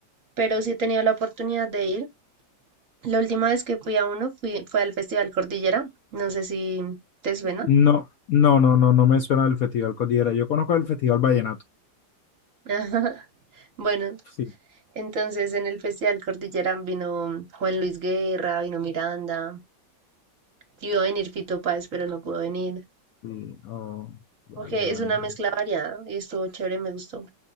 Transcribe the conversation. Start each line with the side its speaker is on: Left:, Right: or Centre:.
Right: pero sí he tenido la oportunidad de ir. La última vez que fui a uno fui, fue al Festival Cordillera. No sé si te suena.
Left: No, no, no, no, no me suena el Festival Cordillera. Yo conozco el Festival Vallenato.
Right: <laughs> Ajá. Bueno,
Left: Sí,
Right: entonces en el Festival Cordillera vino Juan Luis Guerra, vino Miranda. Iba a venir Fito Páez, pero no pudo venir.
Left: sí, oh, vale,
Right: Porque
Left: vale.
Right: es una mezcla variada y estuvo chévere, me gustó.